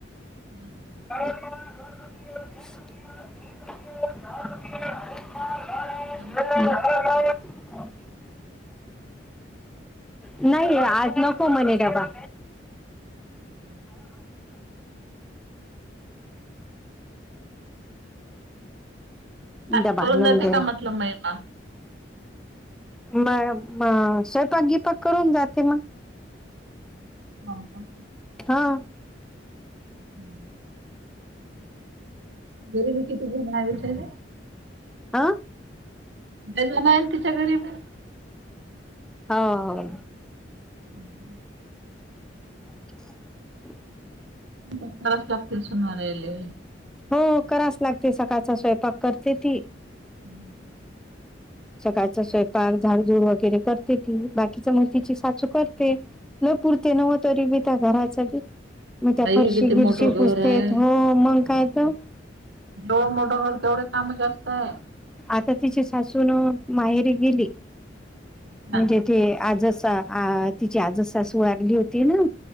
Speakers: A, on the right; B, in the centre.
A: हम्म <unintelligible>
B: <inaudible> <unintelligible>
A: काम करून जाते क्लासले.
B: नाहीे, आज नको म्हणे डबा.
A: <inaudible> <unintelligible> आज
B: डबा
A: कळून
B: आणून
A: जाते,
B: दे
A: का म्हटलं महिमा.
B: म‌. म... स्वयंपाक बियपाक करून जाते मग.
A: हो का,
B: हां.
A: <inaudible> गरीबी कती झेन विषये.
B: आ.
A: वेल नाही, तिच्या गरीबी.
B: हो हो.
A: <inaudible>
B: <unintelligible>
A: क्लास लागते सुन मारले.
B: हो कराच लागते, सकाळचा स्वयंपाक करते ती.
A: हं..
B: सकाळचा स्वयंपाक झाडझूड वगैरे, करते ती बाकीच्या मग तिची साासू करते. लै पुरते नव्ह तरी, बिया घराच बी. मग त्या
A: बाई
B: फरशी
A: किती
B: गिरशी
A: मोठं घर
B: पुसतेत
A: आहे.
B: हो, मग काय तर.
A: हो हो. मग ढोहर तेवढेच काम जास्त आहे.
B: आता तिची सासूून माहेरी गेली,
A: ना.
B: म्हणजे ते आज जसा अं.. तिची आजच सासू वारली होती ना,